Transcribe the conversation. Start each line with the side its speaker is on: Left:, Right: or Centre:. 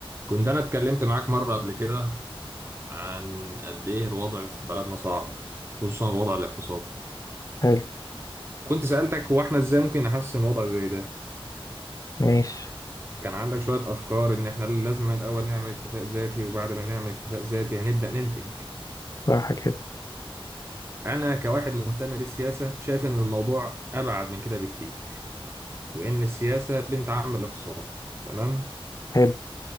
Right: كنت أنا اتكلمت معاك مرة قبل كده عن قد إيه الوضع في بلدنا صعب خصوصا الوضع الاقتصادي
Left: حلو
Right: وكنت سألتك هو إحنا إزاي ممكن نحسن وضع زي ده
Left: ماشي
Right: كان عندك شوية أفكار إن إحنا لازم الأول نعمل اكتفاء ذاتي وبعد ما نعمل اكتفاء ذاتي هنبدأ ننتج
Left: صح كده
Right: أنا كواحد مهتم بالسياسة شايف إن الموضوع أبعد من كده بكتير وإن السياسة بنت عم الاقتصاد تمام
Left: حلو